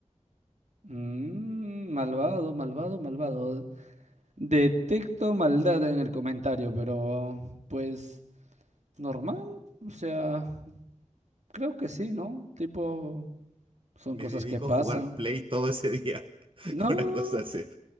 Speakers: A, on the right; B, on the right.
A: Mm, malvado, malvado, malvado. Detecto maldad en el comentario, pero pues normal, o sea, creo que sí, ¿no? Tipo, son
B: Me
A: cosas
B: dedico
A: que pasan.
B: a jugar Play todo ese día. <laughs>
A: No,
B: Una cosa así.